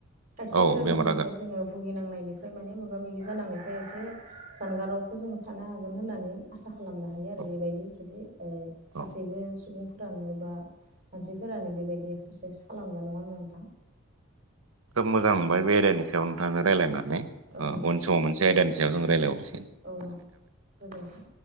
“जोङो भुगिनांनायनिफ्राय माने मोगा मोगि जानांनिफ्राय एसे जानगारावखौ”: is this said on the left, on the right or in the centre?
Right